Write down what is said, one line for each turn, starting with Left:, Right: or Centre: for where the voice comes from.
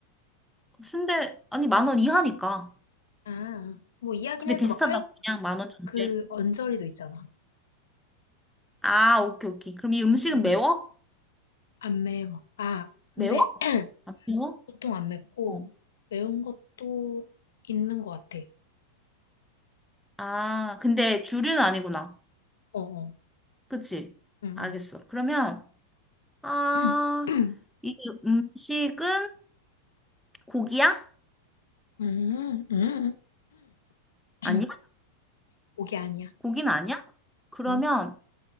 Centre: 순대, 아니, 만 원 이하니까.
Left: 아, 뭐 이야긴
Centre: 근데
Left: 해도
Centre: 비슷하다고
Left: 막 팔,
Centre: 그냥 만 원 정도
Left: 그 언저리도 있잖아.
Centre: 아, 오케이, 오케이. 그럼 이 음식은
Left: 음, 음.
Centre: 매워?
Left: 안 매워. 아, 근데
Centre: 매워?
Left: <clears throat>
Centre: 안 매워?
Left: 보통 안 맵고
Centre: 어.
Left: 매운 것도 있는 것 같아.
Centre: 아, 근데 주류는 아니구나.
Left: 어, 어.
Centre: 그치?
Left: 음,
Centre: 알겠어. 그러면, 아,
Left: 음. <clears throat>
Centre: 이 음식은 고기야?
Left: 음, 음. <clears throat>
Centre: 아니야?
Left: 고기 아니야.
Centre: 고기는 아니야? 그러면
Left: 응?